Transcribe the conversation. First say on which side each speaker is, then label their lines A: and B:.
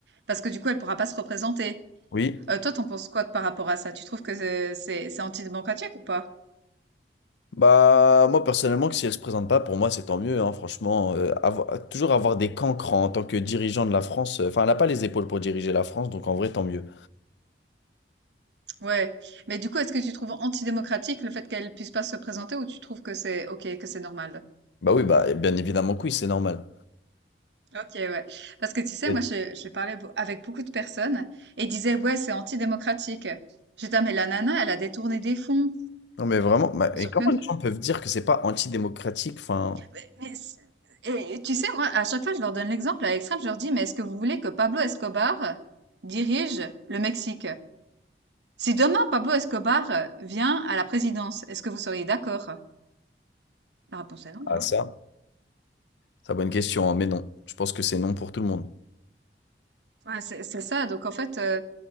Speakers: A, on the right; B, on the left.
A: Parce que du coup, elle pourra pas se représenter.
B: Oui.
A: Euh, toi, t'en penses quoi par rapport à ça? Tu trouves que c'est c'est c'est antidémocratique ou pas?
B: Bah, moi, personnellement, que si elle se présente pas, pour moi, c'est tant mieux, hein, franchement. Euh, avoir- toujours avoir des cancrans en tant que dirigeant de la France. euh, Enfin, elle n'a pas les épaules pour diriger la France, donc en vrai, tant mieux.
A: Ouais. Mais du coup, est-ce que tu trouves antidémocratique le fait qu'elle puisse pas se présenter ou tu trouves que c'est ok, que c'est normal?
B: Bah oui, bah, bien évidemment que oui, c'est normal.
A: Ok, ouais. Parce que tu sais,
B: Et-
A: moi, je, je parlais beau- avec beaucoup de personnes et ils disaient, ouais, c'est antidémocratique. J'étais, ah, mais la nana, elle a détourné des fonds.
B: Non, mais vraiment, bah,
A: Bien
B: et
A: sûr
B: comment
A: que non.
B: les gens peuvent dire que c'est pas antidémocratique? Enfin,
A: Mais, mais c'est- et, tu sais, moi, à chaque fois, je leur donne l'exemple à l'extrême, je leur dis, mais est-ce que vous voulez que Pablo Escobar dirige le Mexique? Si demain, Pablo Escobar euh, vient à la présidence, est-ce que vous seriez d'accord? La réponse est non,
B: ah,
A: hein.
B: ça, c'est une bonne question, hein, mais non. Je pense que c'est non pour tout le monde.
A: Ouais, c'est c'est ça. Donc, en fait, euh,